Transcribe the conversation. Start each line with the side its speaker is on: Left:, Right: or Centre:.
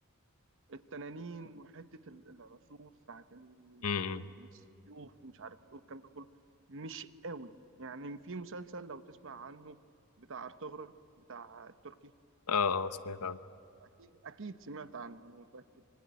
Right: التنانين وحتة ال- العصور ساعة ال-
Left: امم
Right: السيوف ومش عارف ايه والكلام ده كله مش قوي يعني في مسلسل لو تسمع عنه بتاع ارطغرل بتاع التركي
Left: اه اه سمعت عنه
Right: اكيد اكيد سمعت عنه انا متاكد